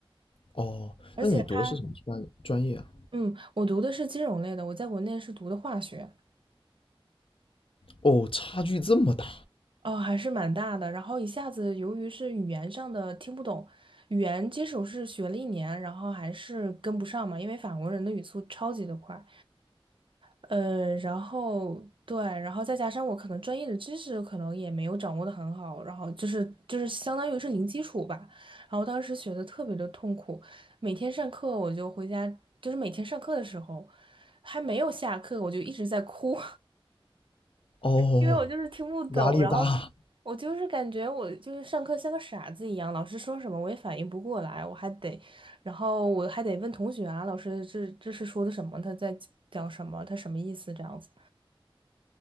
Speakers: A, on the left; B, on the right.
A: 哦，
B: 而且他，
A: 那你读的是什么专专业啊？
B: 嗯，我读的是金融类的，我在国内是读的化学，
A: 哦，差距这么大。
B: 哦，还是蛮大的。然后一下子，由于是语言上的听不懂，语言基础是学了一年，然后还是跟不上嘛，因为法国人的语速超级的快。呃，然后对，然后再加上我可能专业的知识可能也没有掌握的很好，然后就是就是相当于是零基础吧。然后当时学的特别的痛苦，每天上课我就回家，就是每天上课的时候还没有下课，我就一直在哭。
A: 哦，
B: 因为我就是听不懂，
A: 压力大。
B: 然后我就是感觉我就是上课像个傻子一样，老师说什么我也反应不过来，我还得，然后我还得问同学啊，老师这这是说的什么？他在讲什么？他什么意思？这样子。